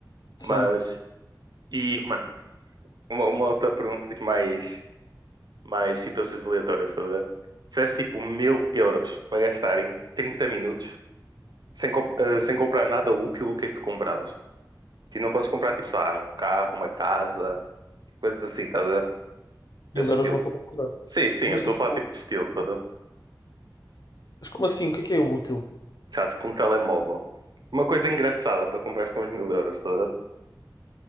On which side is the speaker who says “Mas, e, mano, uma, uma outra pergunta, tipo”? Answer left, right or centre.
Right